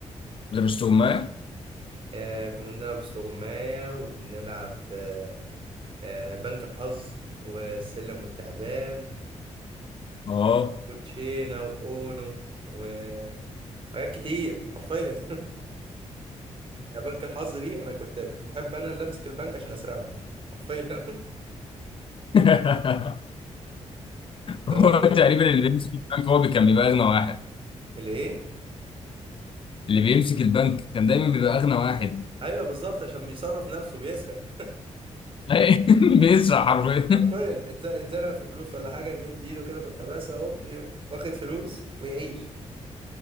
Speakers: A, on the left; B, on the right.
A: غير السجمية؟
B: آه كنا بنلعب استغماية وبنلعب آه آه بنك الحظ والسلم والتعبان
A: اه
B: وتشينا واونو وحاجات كتير حرفيا يا بنك الحظ دي انا كنت كنت بحب انا اللي امسك البنك عشان اسرقهم حرفيا
A: <laughs>
B: <laughs> اللي
A: هو
B: هو ايه
A: تقريبا اللي بيمسك البنك هو كان بيبقى اغنى واحد
B: اللي ايه
A: اللي بيمسك البنك كان دايما بيبقى اغنى واحد
B: ايوه بالظبط عشان بيصرف نفسه بيسرق
A: <laughs> بيسرق حرفيا
B: <laughs> حرفيا اتز- اتزنق في فلوس ولا حاجه يمد ايده كده في الخباثه هوب يقوم واخد فلوس ويعيش